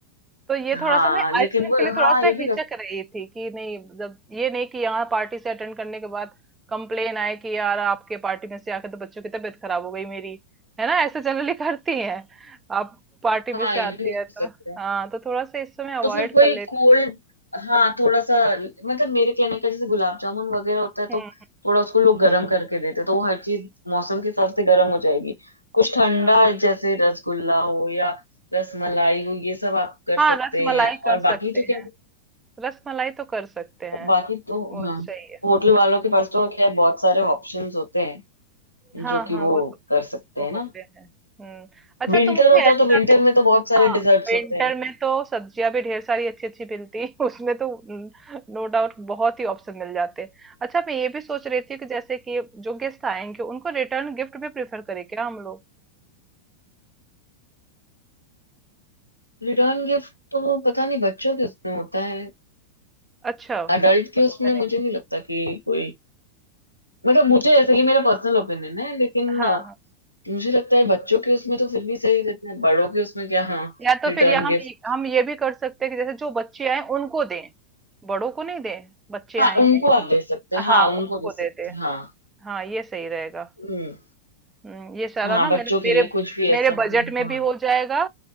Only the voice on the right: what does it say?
तो ये
थोड़ा सा मैं
आइसक्रीम
के लिए थोड़ा
सा
हिचक
रही थी कि नहीं जब ये नहीं कि यहाँ पार्टी से अटेंड करने के बाद कंप्लेन आए कि यार आपके पार्टी में से आके तो बच्चों की तबीयत खराब हो गई मेरी है ना ऐसे जनरली <laughs> करती हैं आप पार्टी में
से
आती
है तो
हाँ तो थोड़ा सा इस समय अवॉइड
कर लेती
हूँ हम्म
हाँ
हाँ
रस मलाई
कर सकते
हैं रसमलाई तो कर सकते हैं
वो
सही है
हाँ
हाँ
वो तो
वो
होते
हैं हम्म अच्छा
तो मुझे
ऐसा
भी
हाँ
विंटर
में तो सब्जियां भी ढेर सारी अच्छी अच्छी मिलती हैं। <laughs> उसमें तो नो डाउट बहुत ही ऑप्शन मिल जाते हैं अच्छा मैं ये भी सोच रही थी कि जैसे कि जो गेस्ट आएंगे उनको रिटर्न गिफ्ट भी प्रेफर करें क्या हम लोग
अच्छा
पढ़ो
मैंने
हाँ
हाँ
या तो
फिर या हम
ये- हम ये भी कर सकते हैं कि जैसे जो बच्चे आए उनको दें बड़ों को नहीं दें बच्चे
आएंगे
हाँ
उनको
दे दें
हाँ ये सही रहेगा
हम्म, ये सारा
ना
मेरे
मेरे
मेरे
बजट
में भी
हो जाएगा